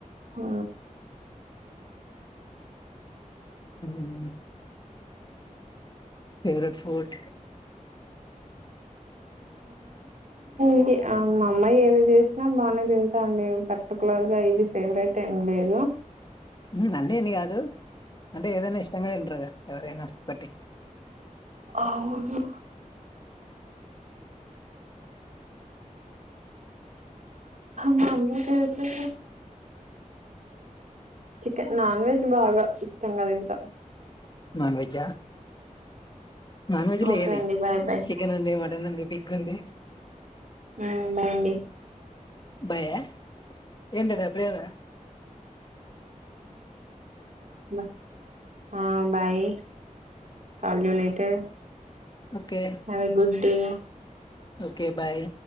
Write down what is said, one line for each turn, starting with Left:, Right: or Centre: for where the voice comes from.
Right: ఆ
Left: ఉ ఉ ఫేవరెట్ ఫూడ్
Right: ఇది మా అమ్మాయి ఏవి చేసినా బాగానే తింటాన్ డ పర్టికులర్ గా ఇది ఫేవరెట్ ఏం లేదు
Left: నన్నేని కాదు అంటే ఏదైనా ఇష్టంగా తింటారుగా ఎవరైనా ఒకటి
Right: అవును మమ్మీ చేసి చికెన్ నాన్ వెజ్ బాగా ఇష్టం కద తింటా
Left: నోన్ వెజ్జా నాన్ వెజ్లో
Right: ఓకే
Left: ఏది
Right: అండి బాయ్ బాయ్
Left: చికెన్ ఉంది మటన్ ఉంది పిగ్ ఉంది
Right: ఆ బాయ్ అండి
Left: భయా ఏంటడా ప్రియద
Right: చె ఆ బాయ్ కాలేజీలో ఐతే
Left: ఓకే
Right: అదే గుడ్డి
Left: ఓకే బాయ్!